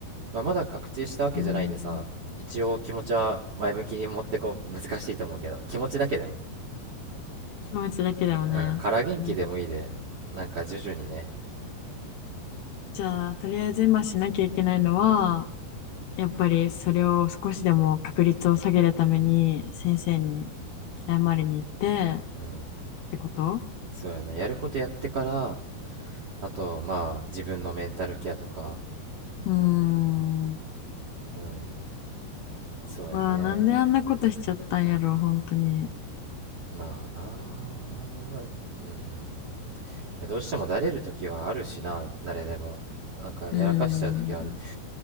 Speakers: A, on the right; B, on the left.
A: まあ、まだ確定したわけじゃないでさ、
B: うん、
A: 一応気持ちは前向きに持ってこう難しいと思うけど、気持ちだけでも、
B: 気持ちだけでもね。
A: うん、から元気でもいいで、
B: うん、
A: なんか徐々にね、
B: じゃあ、とりあえず今しなきゃいけないのは、やっぱりそれを少しでも確率を下げるために先生に謝りに行ってっ
A: うん、
B: てこと
A: そうやな、やることやってから、あと、まあ、自分のメンタルケアとか、
B: うーん。
A: うん、そうやね、
B: まあ、なんであんなことしちゃったんやろ、本当に。
A: まあな、うん、いやどうしてもだれる時はあるしな、誰でも。なんかやらかしちゃう時はある。
B: うーん。